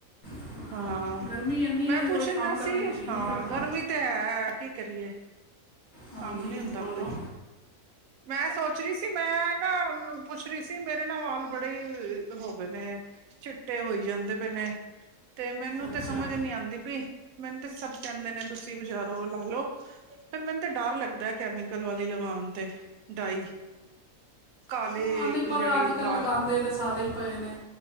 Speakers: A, on the left; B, on the right.
A: ਅਹ,
B: ਹਾਂ,
A: ਗਰਮੀ ਇੰਨੀ
B: ਮੈਂ
A: ਹੈ
B: ਪੁੱਛਣਾ
A: ਕੋਈ ਕੰਮ
B: ਸੀ
A: ਕਰਨ ਨੂੰ ਜੀ ਨਹੀਂ
B: ਹਾਂ
A: ਕਰਦਾ
B: ਗਰਮੀ- ਤੇ ਹੈ ਕੀ ਕਰੀਏ,
A: ਹਾਂਜੀ
B: ਕੰਮ ਨੀ ਹੁੰਦਾ
A: ਬੋਲੋ
B: ਕੋਈ? ਮੈਂ ਸੋਚ ਰਹੀ ਸੀ ਮੈਂ ਨਾ ਪੁੱਛ ਰਹੀ ਸੀ ਮੇਰੇ ਨਾ ਵਾਲ ਬੜੇ ਹੋ ਗਏ ਨੇ- ਚਿੱਟੇ ਹੋਈ ਜਾਂਦੇ ਪਏ ਨੇ, ਤੇ ਮੈਨੂੰ
A: ਅੱਛਾ
B: ਤੇ ਸਮਝ ਨੀ ਆਉਂਦੀ ਪਈ, ਮੈਨੂੰ ਤੇ ਸਭ ਕਹਿੰਦੇ ਨੇ ਤੁਸੀਂ ਬਜ਼ਾਰੋ ੳਹ ਲਾ ਲੋ ਫਿਰ ਮੈਨੂੰ- ਤੇ ਡਰ ਲੱਗਦਾ ਕੈਮੀਕਲ ਵਾਲੀ ਲਗਾਉਣ ਤੇ, ਡਾਈ। ਕਾਲੀ
A: ਹ ਨਹੀਂ ਪਰ
B: ਜਿਹੜੀ
A: ਅੱਜ-ਕੱਲ੍ਹ
B: ਵਾਲ
A: ਲਗਾਉਂਦੇ ਤੇ ਸਾਰੇ ਹੀ ਪਏ ਨੇ।